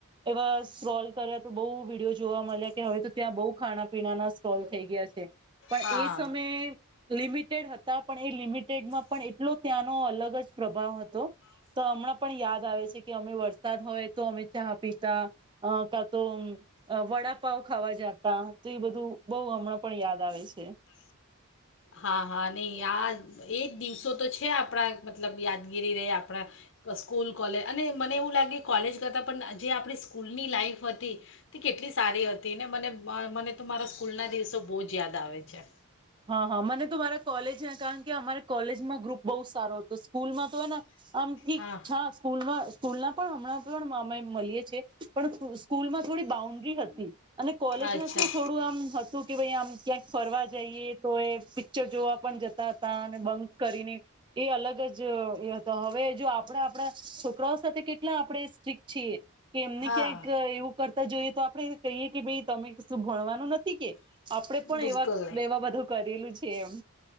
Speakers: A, on the right; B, on the left.
A: એવા સ્ટોલ કર્યા તો બહુ વિડીયો જોવા મળ્યા કે હવે તો ત્યાં બહુ ખાણા પીણાના સ્ટ્રોલ થઈ ગયા છે. પણ
B: હા
A: એ સમયે લિમિટેડ હતા. પણ એ લિમિટેડ માં પણ એટલો ત્યાં નો અલગ જ પ્રભાવ હતો. તો હમણાં પણ યાદ આવે છે. કે અમે વરસાદ હોય તો અમે ચા પીતા અ કા તો વડાપાઉં ખાવા જતા તો એ બધું બઉ હમણાં પણ યાદ આવે છે.
B: હા હા નહીં આ એજ દિવસો તો છે આપણા મતલબ યાદગીરી રેય આપણા સ્કૂલ, કોલેજ અને મને એવું લાગે કોલેજ કરતાં પણ જે આપણી સ્કૂલની લાઈફ હતી તે કેટલી સારી હતી ને મને મને તો મારા સ્કૂલના દિવસો બહુ જ યાદ આવે. છે.
A: હા હા મને તો મારા કોલેજના કારણ કે અમારે કોલેજમાં ગ્રુપ બહુ સારો હતો સ્કૂલમાં તો હે ને આમ ઠીક
B: હા
A: છા સ્કૂલમાં સ્કૂલના પણ હમણાં પણ અમે મળીએ છીએ પણ સ્કૂલમાં થોડી બાઉન્ડ્રી હતી. અને કોલેજમાં
B: અચ્છા
A: શું થોડું આમ હતું કે ભાઈ આમ ક્યાંક ફરવા જઈએ. પિક્ચર જોવા પણ જતા હતા અને બંક કરીને એ અલગ જ એ હતો હવે જો આપણા આપણા છોકરાઓ સાથે કેટલા આપણે સ્ટ્રિક છીએ. કે એમને
B: હા
A: ક્યાંક એવું કરતા જોઈએ તો આપણે કહીએ કે ભાઈ તમે શું ભણવાનું નથી કે? આપણે પણ
B: બિલકુલ
A: એવા એવા બધું છે એમ.